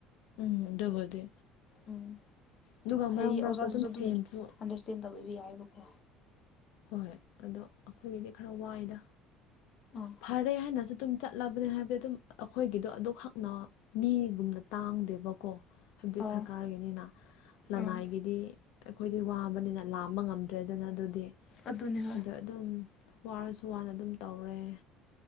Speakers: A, on the left (about 75°); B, on the left (about 45°).
A: ꯎꯝ ꯗꯨꯕꯨꯗꯤ
B: ꯎꯝ
A: ꯑꯗꯨꯒ
B: ꯍꯥꯏꯗꯤ
A: ꯃꯔꯛ ꯃꯔꯛꯇ
B: ꯑꯣꯖꯥꯁꯤꯡꯁꯨ
A: ꯑꯗꯨꯝ ꯁꯦꯟꯁꯨ
B: ꯑꯟꯗꯔꯁꯇꯦꯟ ꯇꯧꯕꯤꯕ ꯌꯥꯏꯑꯕꯀꯣ
A: ꯍꯣꯏ ꯍꯣꯏ ꯑꯗꯣ ꯑꯩꯈꯣꯏꯒꯤꯗꯤ ꯈꯔ ꯋꯥꯏꯗ
B: ꯑꯥ
A: ꯐꯔꯦ ꯍꯥꯏꯅꯁꯨ ꯑꯗꯨꯝ ꯆꯠꯂꯕꯅꯦ ꯍꯥꯏꯕꯗꯤ ꯑꯗꯨꯝ ꯑꯩꯈꯣꯏꯒꯤꯗꯣ ꯑꯗꯨꯈꯛꯅ ꯃꯤꯒꯨꯝꯅ ꯇꯥꯡꯗꯦꯕꯀꯣ ꯍꯥꯏꯕꯗꯤ
B: ꯑꯥ
A: ꯁꯔꯀꯥꯔꯒꯤꯅꯤꯅ ꯂꯅꯥꯏꯒꯤꯗꯤ
B: ꯑꯥ
A: ꯑꯩꯈꯣꯏꯗꯤ ꯋꯥꯕꯅꯤꯅ ꯂꯥꯝꯕ ꯉꯝꯗ꯭ꯔꯦꯗꯅ ꯑꯗꯨꯗꯤ
B: ꯑꯗꯨꯅꯦ ꯍꯣꯏ
A: ꯑꯗ ꯑꯗꯨꯝ ꯋꯥꯔꯁꯨ ꯋꯥꯅ ꯑꯗꯨꯝ ꯇꯧꯔꯦ